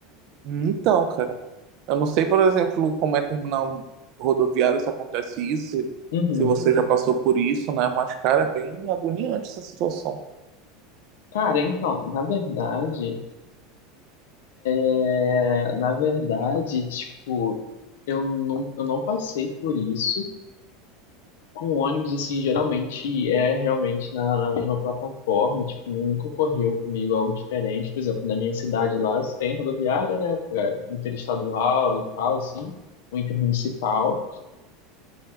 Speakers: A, on the right; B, on the left.
A: Então, cara, eu não sei, por exemplo, como é terminal rodoviário se acontece isso, se
B: Uhum.
A: se você já passou por isso, né? Mas, cara, é bem agoniante essa situação.
B: Cara, então, na verdade. É, na verdade, tipo, eu não, eu não passei por isso. Com ônibus, assim, geralmente é realmente na, na mesma plataforma, tipo, nunca ocorreu comigo algo diferente. Por exemplo, na minha cidade lá, você tem rodoviária, né, pra interestadual e tal, assim, ou intermunicipal.